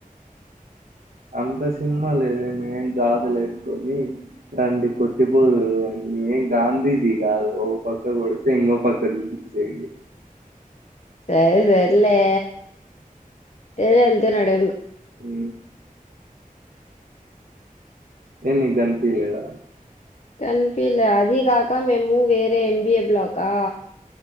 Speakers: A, on the right; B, on the left.
A: అంత సినిమా లేదు మేమేం గాజులేసుకుని రండి కొట్ ట్టిపోదురూ అని ఏం గాంధీజీ కాదు ఓ పక్క కొడుతే ఇంగో పక్కచూపించనికి
B: సర సర్లే తెలి వెళ్తున్నడు
A: ఉ ఏం నీక్గనిపియ్యలేదా
B: కన్పియలే అది కాక మేము వేరే ఎంబిఏ బ్లాకా